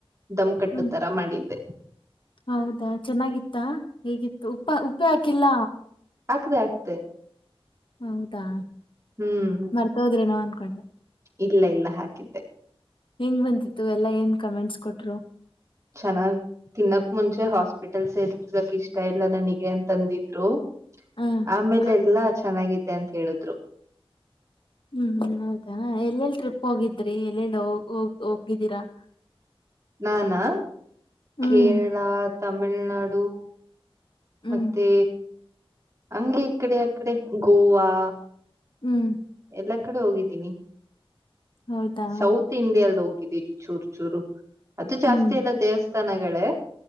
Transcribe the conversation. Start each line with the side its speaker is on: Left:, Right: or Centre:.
Right: ದಮ್ ಕಟ್ಟು
Left: ಹ್ಮ್
Right: ತರ ಮಾಡಿದ್ದೆ
Left: ಹೌದಾ ಚೆನ್ನಾಗಿತ್ತಾ ಹೇಗಿತ್ತು ಉಪ್ಪ ಉಪ್ಪೆ ಹಾಕಿಲ್ಲ
Right: ಆಗ್ದೆ ಆಗ್ದೆ
Left: ಹೌದಾ
Right: ಹ್ಮ್
Left: ಮರ್ತೋದ್ರೇನೋ ಅನ್ಕೊಂಡೆ
Right: ಇಲ್ಲ ಇಲ್ಲ ಹಾಕಿದ್ದೆ
Left: ಹೆಂಗ್ ಬಂದತ್ತು ಎಲ್ಲ ಏನ್ ಕಮೆಂಟ್ಸ್ ಕೊಟ್ರು
Right: ಚೆನ್ನಾಗ್ ತಿನ್ನಕ್ ಮುಂಚೆ ಹಾಸ್ಪಿಟಲ್ಸ್ ಸೇರಕ್ಕೆ ಇಷ್ಟ ಇಲ್ಲ ನನಗೆ ಅಂತಂದಿದ್ರು
Left: ಹ
Right: ಆಮೇಲೆ
Left: ಆ,
Right: ಎಲ್ಲಾ ಚೆನ್ನಾಗಿದೆ ಅಂತ ಹೇಳಿದ್ರು.
Left: ಹ್ಮ್ ಹೌದಾ ಎಲ್ಲೆಲ್ ಟ್ರಿಪ್ ಹೋಗಿದ್ರಿ ಎಲ್ಲೆಲ್ಲಿೋಗ ಹೋಗಿದ್ದೀರಾ <inaudible>
Right: ನಾನಾ
Left: ಹ್ಮ್
Right: ಕೇರಳ ತಮಿಳ್ನಾಡು
Left: ಹ್ಮ್
Right: ಮತ್ತೆ ಹಂಗೆ ಈ ಕಡೆ ಅಕಡೆ ಗೋವಾ
Left: ಹ್ಮ್
Right: ಎಲ್ಲಾ ಕಡೆ ಹೋಗಿದ್ದೀನಿ
Left: ಹೌದಾ
Right: ಸೌತ್ ಇಂಡಿಯಲ್ ಹೋಗಿದ್ದೀನ ಚೂರು ಚೂರು ಅದು ಜಾಸ್ತಿ
Left: ಹ್ಮ್
Right: ಅಲ್ಲ ದೇವಸ್ಥಾನಗಳೇ